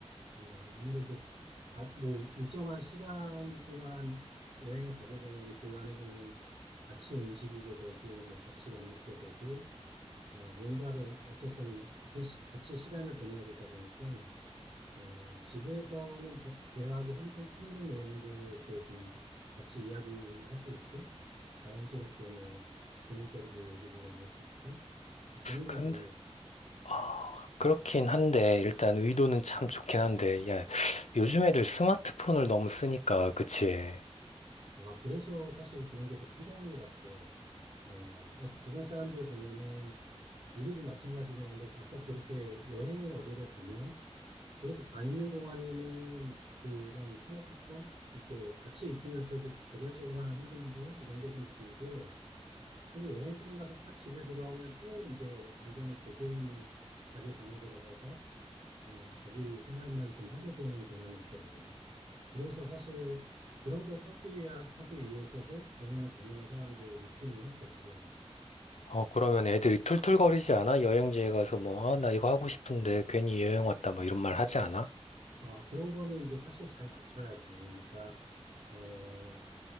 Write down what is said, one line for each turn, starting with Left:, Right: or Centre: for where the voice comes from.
Right: 어, 아무래도 가- 뭐 일정한 시간 동안 여행을 가게 되면 그 안에서는 같이 움직이게 되고 뭐 같이 밥 먹게 되고 어, 뭔가를 어쨌든 같은 시, 같이 시간을 보내야 되다 보니까 어, 집에서는 대, 대화하기 힘든, 힘든 내용들을 이렇게 좀 같이 이야기할 수 있고 자연스럽게 뭐 고민거리도 얘기도 나눌 수 있고 뭐 그런 건
Left: 근데,
Right: 좋은 것 같아요.
Left: 아, 그렇긴 한데, 일단 의도는 참 좋긴 한데, 야, 요즘 애들 스마트폰을 너무 쓰니까, 그치?
Right: 아, 그래서 사실 그런 게 더 필요한 것 같아. 어, 그러니까 주변 사람들 보면은, 우리도 마찬가지긴 한데, 아까 그렇게 여행을 어디를 가면, 그래도 가 있는 동안에는 그런 스마트폰, 이렇게 같이 있으면서도 개별적으로 하는 행동들, 이런 게 좀 줄고, 근데 여행 끝나서 딱 집에 돌아오면 또 이제 완전히 개개인 자기 방에 들어가서, 어, 자기 생활만 좀 하게 되는 경향이 있더라고요. 그래서 사실 그런 걸 탈피하기 위해서도 여행을 다니는 사람도 있기는 했어, 주변에서.
Left: 어, 그러면 애들이 툴툴거리지 않아? 여행지에 가서 뭐, 아, 나 이거 하고 싶은데 괜히 여행 왔다, 뭐 이런 말 하지 않아?
Right: 아, 그런 거는 이제 사실 잘 맞춰야지. 그러니까, 어,